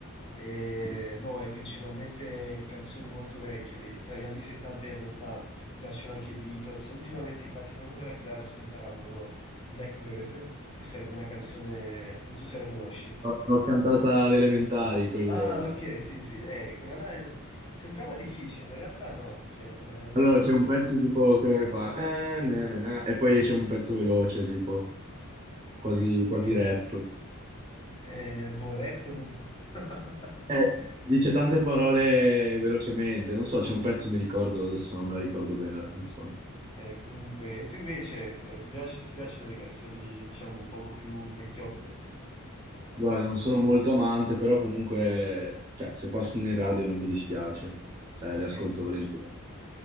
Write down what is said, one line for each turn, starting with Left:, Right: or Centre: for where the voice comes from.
Left: E,
Right: Sì,
Left: boh, è principalmente canzoni molto vecchie, dei- tra gli anni 70 e gli anni 80. Piacciono anche i Beatles. Ultimamente, infatti, proprio con la chitarra sto imparando Blackbird, che sarebbe una canzone, non so se la conosci.
Right: L'ho cantata alle elementari, quel...
Left: Ah, ok, sì, sì, eh, quella là è- sembrava difficile, ma in realtà no, cioè, eh, basta-
Right: Allora c'è un pezzo tipo quello che fa eh, na, na, na, e poi c'è un pezzo veloce, tipo quasi, quasi
Left: eh,
Right: rap.
Left: eh, boh, rap dubbietto. <laughs>
Right: Eh, dice tante parole velocemente, non so, c'è un pezzo, mi ricordo, adesso non me la ricordo bene la canzone.
Left: Eh, comunque, e tu invece, eh, ti piace- ti piacciono le canzoni, diciamo, un poco più vecchiotte?
Right: Guarda, non sono molto amante, però comunque, cioè, se passano in radio non mi dispiace, cioè,
Left: Sì,
Right: le ascolto volentieri.